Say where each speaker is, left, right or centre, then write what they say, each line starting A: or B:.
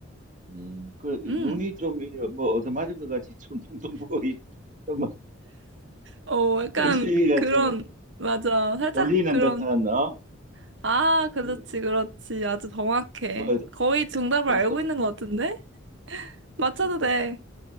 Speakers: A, on the right (about 40°); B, on the right (about 65°).
A: 음, 그
B: 응.
A: 눈이 좀 이래 뭐 얻어맞은 것 같이 좀 퉁퉁 부어 있다. 뭐
B: 어, 약간
A: 눈시가
B: 그런,
A: <laughs> 좀
B: 맞아. 살짝
A: 졸리는
B: 그런,
A: 듯한 어,
B: 아, 그렇지,
A: 덩-
B: 그렇지. 아주 정확해.
A: 덩-
B: 거의 정답을
A: 덩석
B: 알고 있는 것 같은데? 맞춰도
A: 그래.
B: 돼.